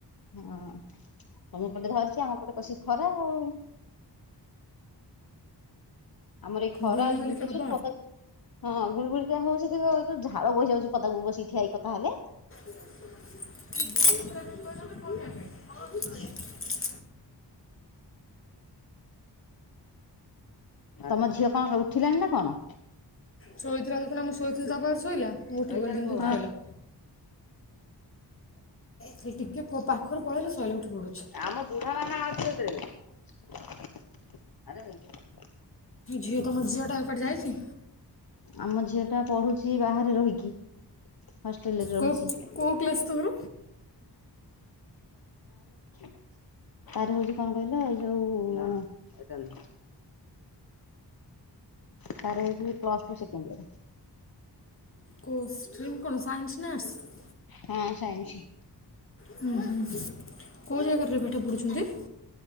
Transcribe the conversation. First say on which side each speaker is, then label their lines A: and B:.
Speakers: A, on the left; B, on the left.
A: ହଁ ତମ ପଟେ ଧରିଚି ଆମ ପଟେ କଷିକ ଖରା ଆଉ। ଆମର ଏଇ ଖରା
B: ବୁଲି ବୁଲିକି
A: ଦୋସୁରୁ
B: ହବ
A: ପଦାକୁ ହଁ ଗୁଳ ଗୁଳି ଟା ହଉଚି ଯୋଉ ଝାଳ ବୋହିଯାଉଚି ପଦାକୁ ବସିକି ଠିଆହେଇକି କଥା ହେଲେ।
B: <inaudible>
A: ତମ ଝିଅ କଣ ଉଠିଲାଣି ନା କଣ?
B: ଶୋଇଥିଲା ଦେଖୁନା ମୁଁ ଶୋଇଥିଲ ତାପାଖରେ ଶୋଇଲା ମୁଁ ଉଠିିପଇଲି
A: ହଁ
B: ଯେମିତି ଉଠିପଇଲା। ସେ ଟିକେ ପାଖରୁ ପଳେଇଲେ ସଇଲା ଉଠି ପଡୁଚି।
A: <inaudible>
B: ଝିଅ ତମ ଝିଅ ଟା କୁଆଡେ ଯାଇଚି?
A: ଆମ ଝିଅ ଟା ପଢୁଚି ବାହାରେ ରହିକି। ହଷ୍ଟେଲ ରେ ରହୁଚି।
B: କୋଉ କୋଉ କ୍ଲାସ୍ ତମର
A: <inaudible> ତାର ହଉଚି କଣ କହିଲ ଏଇ ଯୋଉ ତାର ହଉଚି ପ୍ଲସ ଟୁ ସେକଣ୍ଡ ଇୟର।
B: କୋଉ ଷ୍ଟ୍ରିମ୍ କଣ ସାଇନ୍ସ ନା ଆର୍ଟ୍ସ
A: ହଁ ସାଇନ୍ସ।
B: ହୁଁ ହୁଁ କୋଉ ଜାଗାରେ ପାଠ ପଢୁଛନ୍ତି?